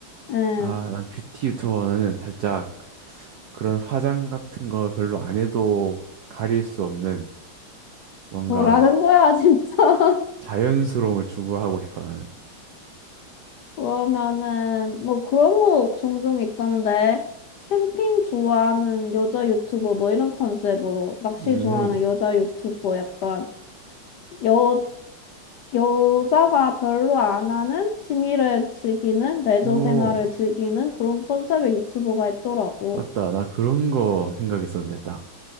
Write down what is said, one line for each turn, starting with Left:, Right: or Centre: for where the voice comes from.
Left: 응,
Right: 아, 난 뷰티 유튜버는 살짝 그런 화장 같은 거 별로 안 해도 가릴 수 없는 뭔가
Left: 뭐라는 거야, <laughs> 진짜.
Right: 자연스러움을 추구하고 싶어 나는.
Left: 그러면은, 뭐 그런 거 종종 있던데. 캠핑 좋아하는 여자 유튜버, 뭐 이런 컨셉으로. 낚시
Right: 음,
Left: 좋아하는 여자 유튜버, 약간, 여, 여자가 별로 안 하는 취미를 즐기는, 레저
Right: 오,
Left: 생활을 즐기는 그런 컨셉의 유튜버가 있더라고.
Right: 맞다. 나 그런 거 생각했었는데 딱.